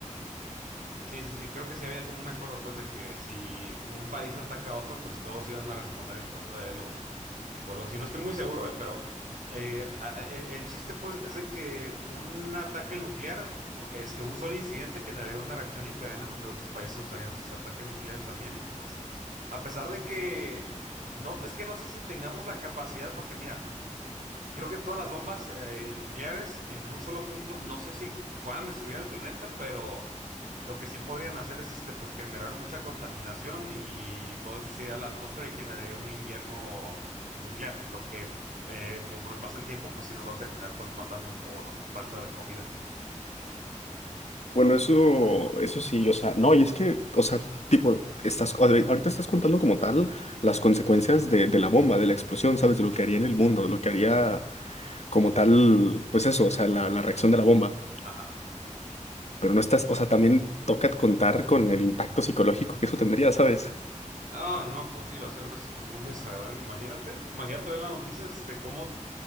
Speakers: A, on the right; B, on the left.
A: Sí, sí, sí, creo que sí había como un acuerdo, pues, de que si un país ataca a otro, pues todos iban a responder en contra de él o, o algo así. No estoy muy seguro, ¿eh? Pero eh, a- a- el, el chiste, pues, es de que un ataque nuclear, u- este, un solo incidente generaría una reacción en cadena en donde otros países usarían sus ataques nucleares también y, pues, a pesar de que... No, es que no sé si tengamos la capacidad, porque mira... Creo que todas las bombas eh, nucleares en un solo punto, no sé si puedan destruir el planeta, pero lo que sí podrían hacer es este, pues generar mucha contaminación y todo eso se iría a la atmósfera y generaría un invierno nuclear, lo que eh, conforme pasa el tiempo, pues sí nos va a terminar pues matando por falta de comida.
B: Bueno, eso, eso sí, o sea, no, y es que, o sea, tipo, estás, ahori- ahorita estás contando como tal las consecuencias de, de la bomba, de la explosión, ¿sabes? De lo que haría en el mundo, de lo que haría como tal, pues eso, o sea, la, la reacción de la bomba.
A: Ajá.
B: Pero no estás, o sea, también toca contar con el impacto psicológico que eso tendría, ¿sabes?
A: Ah, no, pues sí, va a ser una situación muy desagradable, imagínate. Imagínate ver las noticias, este, cómo